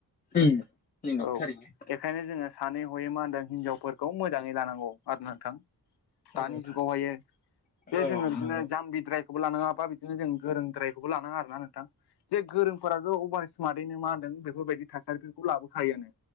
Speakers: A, on the left; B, on the left.
A: उम नंगौ
B: औ
A: थारैनो
B: एखायनो जोङो सानै हयै मा होनदों हिनजावफोरखौ मोजाङै लानांगौ आरो ना नोंथां।
A: औ
B: दानि
A: नंगौ
B: जुगावहायो
A: थारैनो
B: जे जोङो
A: औ
B: बिदिनो
A: नंगौ
B: जाम्बिद्राय खौबो लानाङा बा बिदिनो जों गोरोंद्रायखौबो लानाङा आरो ना नोंथां। जे गोरोंफोरा अभार स्मार्टैनो मा होनदों बेफोरबायदि थासारिखौ लाबोखायोआनो।